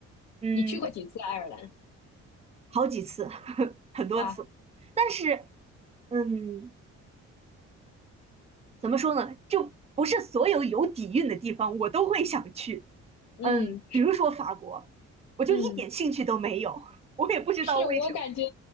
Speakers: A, on the right; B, on the left.
A: 嗯，
B: 你去过几次爱尔兰？
A: 好几次，<laughs> 很多次，
B: 哇，
A: 但是嗯，怎么说呢，就不是所有有底蕴的地方我都会想去。
B: 嗯，
A: 嗯，
B: 是，
A: 比如说法国，我就一点兴趣都没有，
B: 嗯。
A: 我也不知道为什么。
B: 是我感觉，